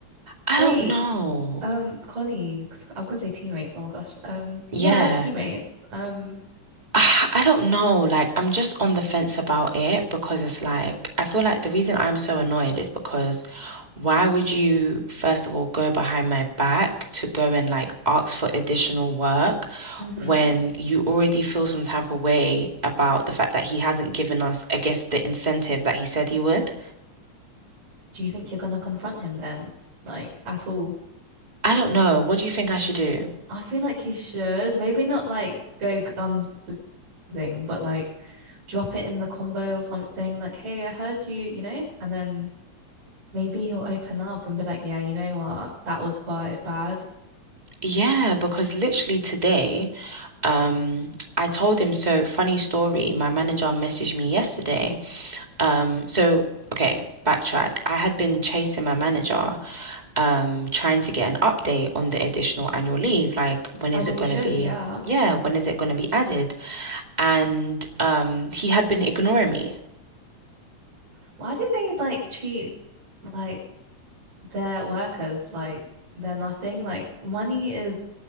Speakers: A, on the right; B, on the right.
A: I
B: Fate.
A: don't know.
B: Um, colleagues. I was gonna say teammates. Oh my gosh. Um,
A: Yeah.
B: yes, teammates. Um,
A: Ah, I don't know. Like, I'm just on the fence about it because it's like, I feel like the reason I'm so annoyed is because why would you, first of all, go behind my back to go and like ask for additional work
B: hmm
A: when you already feel some type of way about the fact that he hasn't given us, I guess, the incentive that he said he would?
B: Do you think you're gonna confront him then? Like at all?
A: I don't know. What do you think I should do?
B: I feel like you should. Maybe not like go guns blazing, but like drop it in the convo or something. Like, hey, I heard you, you know? And then maybe he'll open up and be like, yeah, you know what? That was quite bad.
A: Yeah, because literally today, um, I told him, so funny story, my manager messaged me yesterday. Um, so okay, backtrack. I had been chasing my manager, um, trying to get an update on the additional annual leave. Like, when
B: As
A: is it
B: you
A: going
B: should,
A: to be?
B: yeah.
A: Yeah, when is it going to be added? And um, he had been ignoring me.
B: Why do they like treat like they're workers, like they're nothing. Like money is